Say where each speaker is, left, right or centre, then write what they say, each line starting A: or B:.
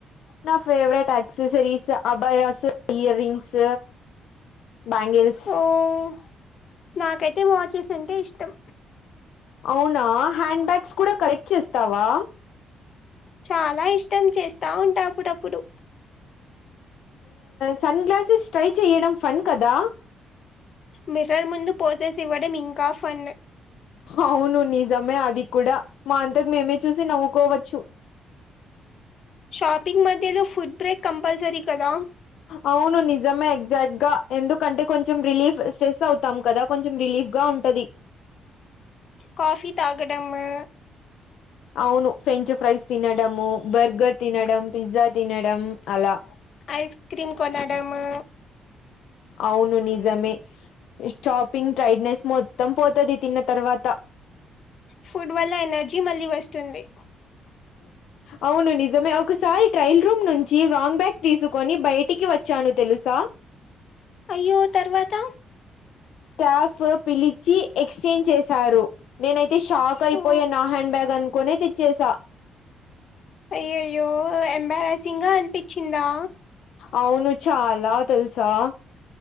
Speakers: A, on the left; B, on the left.
A: నా ఫేవరెట్ అక్సెసరీస్ అబయాస్ ఇయర్ రింగ్స్ బ్యాంగిల్స్
B: ఓహ్! నాకైతే వాచెస్ అంటే ఇష్టం
A: అవునా హ్యాండ్ బ్యాగ్స్ కూడా కలెక్ట్ చేస్తావా
B: చాలా ఇష్టం చేస్తా ఉంటా అప్పుడప్పుడు
A: సన్ గ్లాసెస్ ట్రై చేయడం ఫన్ కదా
B: మిర్రర్ ముందు పోసేస్ ఇవ్వడం ఇంకా ఫన్
A: అవును నిజమే అది కూడా మా అంతకు మేమే చూసి నవ్వు కోవచ్చు
B: షాపింగ్ మధ్యలో ఫుడ్ బ్రేక్ కంపల్సరి కదా
A: అవును నిజమే ఎగ్జాక్ట్ గా ఎందుకంటే కొంచెం రిలీఫ్ స్ట్రెస్ అవుతా కదా కొంచెం రిలీఫ్ రిలీఫ్ గా ఉంటాది
B: కాఫీ తాగడంము
A: అవును ఫ్రెంచ్ ఫ్రైస్ తినడము బర్గర్ తినడం పిజ్జా తినడం అలా.
B: ఐస్ క్రీమ్ కొనడము
A: అవును నిజమే షాపింగ్ ట్రైడ్నెస్ మొత్తం పోతుది తిన్న తర్వాత
B: ఫుడ్ వల్ల ఎనర్జీ మళ్లీ వస్తుంది
A: అవును నిజమే ఒకసారి ట్రైల్ రూమ్ నుంచి రాంగ్ బ్యాగ్ తీసుకొని బయటికి వచ్చాను తెలుసా
B: అయ్యో తర్వాత
A: స్టాఫ్ పిలిచి ఎక్స్చేంజ్ చేశారు నేనైతే షాక్ అయిపోయా
B: ఓ
A: నా హండ్ బ్యాగ్ అనుకునే తెచ్చేసా
B: అయ్యో అయ్యో ఎంబారసింగా అనిపించిందా
A: అవును చాలా తెలుసా